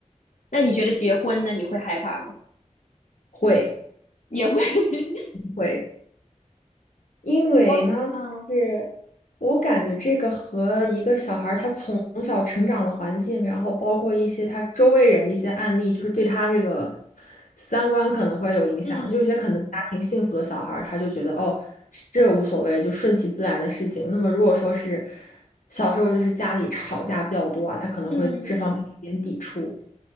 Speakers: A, on the left; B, on the left.
A: 那你觉得结婚呢？你会害怕吗？
B: 会。
A: 也会，<laughs>
B: 会，因为呢，
A: 我，嗯
B: 就是我感觉这个和一个小孩儿他从小成长的环境，然后包括一些他周围人一些案例，就是对他这个三观可能会有影响。
A: 嗯
B: 就有些可能家庭幸福的小孩儿，他就觉得哦，这个无所谓，就顺其自然的事情。那么如果说是小时候就是家里吵架比较多啊，他可能会这方面有点抵触。
A: 嗯。